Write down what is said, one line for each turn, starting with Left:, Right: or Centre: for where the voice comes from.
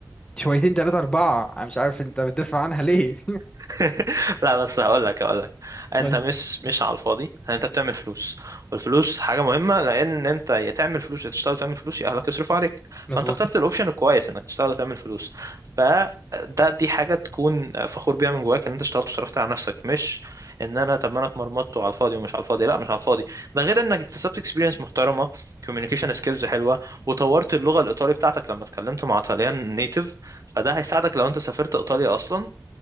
Left: شويتين تلاتة اربعة انا مش عارف انت بتدافع عنها ليه
Right: <laughs> لا بس هقول لك هقول لك انت
Left: <laughs> ولا
Right: مش مش على الفاضي يعني انت بتعمل فلوس والفلوس حاجه مهمه لان انت يا تعمل فلوس يا تشتغل وتعمل فلوس يا اهلك يصرفوا عليك
Left: مظبوط
Right: فانت اخترت الاوبشن الكويس انك تشتغل وتعمل فلوس فده دي حاجه تكون فخور بيها من جواك ان انت اشتغلت وصرفت على نفسك مش ان انا طب ما انا اتمرمطت وعلى الفاضي ومش على الفاضي لا مش على الفاضي ده غير انك اكتسبت اكسبيرينس محترمه كوميونيكيشن سكيلز حلوه وطورت اللغه الايطالي بتاعتك لما اتكلمت مع طليان نيتيف فده هيساعدك لو انت سافرت ايطاليا اصلا